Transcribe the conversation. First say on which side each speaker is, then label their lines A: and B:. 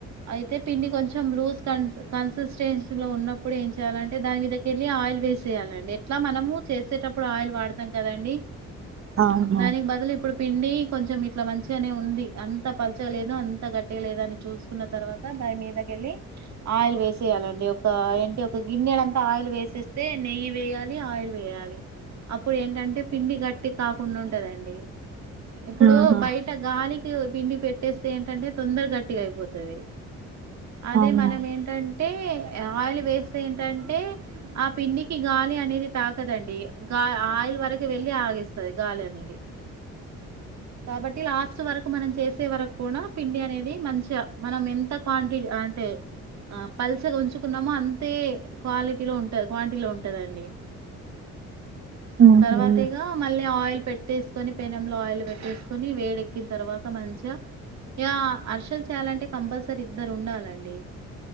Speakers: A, on the right; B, on the right.
A: అయితే పిండి కొంచెం లూజ్ కన్ కన్సిస్టెన్సీ లో ఉన్నప్పుడు ఏం చేయాలంటే దాని మీద కెళ్ళి ఆయి యిల్ వేసేయాలండి ఎట్లా మనము చేసేటప్పుడు ఆయిల్ వాడతాం కదండి.
B: అవునా
A: దానికి బదులు ఇప్పుడు పిండి కొంచెం ఇట్లా మంచిగానే ఉంది అంత పల్చగా లేదు అంత గట్టిగా లేదు అని చూసుకున్న తర్వాత దాని మీదకేళ్ళి ఆయిల్ వేసేయాలండి ఒక ఏంటి ఒక గిన్నెడ అంతా ఆయిల్ వేసేస్తే నెయి యి వేయాలి ఆయిల్ వేయాలి అప్పుడు ఏంటంటే పిండి గట్టి కాకుండా ఉంటదండి ఇప్పుడు
B: ఆహా
A: బయట గాలి తేవ్ పిండి పెట్టేస్తే ఏంటంటే తొందర గట్టిగా అయిపోతది అదే
B: అవునా
A: మనం ఏంటంటే ఆయిల్ వేస్తే ఏంటంటే ఆ పిండికి గాలి అనేది తాకదండి గా ఆయి వరకు వెళ్ళి ఆగేస్తాది గాలి అనేది కాబట్టి లాస్ట్ వరకు మనం చేసే వరకు కూడా పిండి అనేది మంచిగా మనం ఎంత క్వాంటి అంటే ఆ పల్సగా ఉంచుకున్నాము అంతే క్వాలిటీలో ఉంట క్వాంటిటీలో ఉంటదండి <inaudible>
B: ఆహ
A: తర్వాత ఇగ మళ్ళీ ఆయిల్ పెట్టేసుకొని పెనంలో ఆయిల్ పెట్టేసుకొని వేడెక్కిన తర్వాత మంచిగా యా అరిసెలు చేయాలంటే కంపల్సరీ ఇద్దరు ఉండాలండి